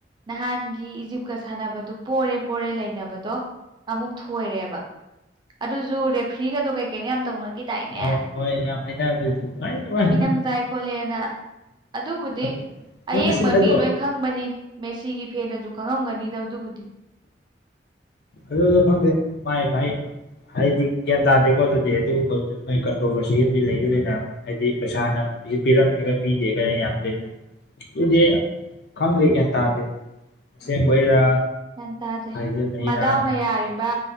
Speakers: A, on the right; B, on the left.
A: ꯅꯍꯥꯟꯒꯤ ꯏꯖꯤꯞꯀ ꯁꯥꯟꯅꯕꯗꯨ ꯄꯣꯔꯦ ꯄꯣꯔꯦ ꯂꯩꯅꯕꯗꯣ ꯑꯃꯨꯛ ꯊꯣꯏꯔꯦꯕ ꯑꯗꯨꯁꯨ ꯔꯦꯐ꯭ꯔꯤꯒꯗꯣ ꯀꯩ ꯀꯩꯅꯣ ꯌꯥꯝ ꯇꯧꯅꯈꯤꯗꯥꯏꯅꯦ
B: ꯑꯣ ꯍꯣꯏ ꯌꯥꯝ ꯍꯥꯏꯅꯕꯅꯦ ꯑꯩꯃꯥ
A: ꯃꯤꯅꯝꯖꯥꯏ ꯈꯣꯠꯂꯦꯅ ꯑꯗꯨꯕꯨꯗꯤ
B: ꯑꯗꯨ
A: ꯑꯌꯦꯡꯕ
B: ꯃꯆꯤꯟ
A: ꯃꯤ
B: ꯑꯗꯨ
A: ꯂꯣꯏ ꯈꯪꯕꯅꯤ ꯃꯦꯁꯤꯒꯤ ꯐꯦꯟꯅꯁꯨ ꯈꯪꯉꯝꯒꯅꯤꯗ ꯑꯗꯨꯕꯨꯗꯤ
B: ꯑꯗꯨꯁꯨ ꯈꯪꯗꯦ ꯃꯥꯏ ꯃꯥꯏ ꯍꯥꯏꯗꯤ ꯒ꯭ꯌꯥꯟ ꯇꯥꯗꯦꯀꯣ ꯑꯗꯨꯗꯤ ꯑꯗꯨꯒꯨꯝꯕ ꯃꯣꯏ ꯀꯟꯇ꯭ꯔꯣꯚꯔꯁꯤ ꯑꯃꯗꯤ ꯂꯩꯗꯤ ꯂꯩꯅ ꯍꯥꯏꯗꯤ ꯄꯩꯁꯥꯅ ꯄꯤꯔꯝꯃꯦꯒ ꯄꯤꯗꯦꯒ ꯌꯥꯝ ꯂꯩꯅꯕꯅꯦ ꯗꯨꯗꯤ ꯈꯪꯗꯦ ꯒ꯭ꯌꯥꯟ ꯇꯥꯗꯦ ꯑꯁꯦꯡꯕꯩꯔꯥ
A: ꯒꯌ꯭ꯥꯟ ꯇꯥꯗꯦ
B: ꯍꯥꯏꯖꯤꯟꯅꯩꯔꯥ
A: ꯃꯗꯥꯎꯅ ꯌꯥꯔꯤꯕ